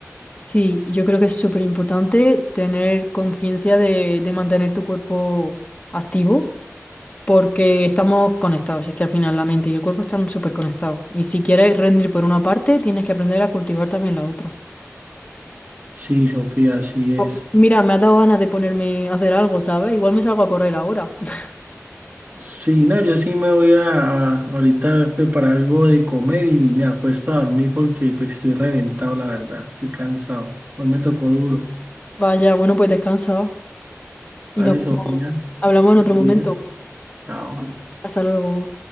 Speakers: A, on the left; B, on the right.
A: Sí, yo creo que es súper importante tener conciencia de, de mantener tu cuerpo activo Porque estamos conectados, es que al final la mente y el cuerpo están súper conectados. Y si quieres rendir por una parte, tienes que aprender a cultivar también la otra.
B: Sí, Sofía, así es.
A: Oh, Mira, me ha dado ganas de ponerme a hacer algo, ¿sabes? Igual me salgo a correr ahora. <laughs>
B: Sí, no, yo sí me voy a, a ahorita a preparar algo de comer y me acuesto a dormir porque pues estoy reventado, la verdad, estoy cansado. Hoy me tocó duro.
A: Vaya, bueno, pues descansa y
B: Vale,
A: nos
B: Sofía,
A: hablamos en
B: te
A: otro
B: cuidas.
A: momento.
B: Chao.
A: Hasta luego.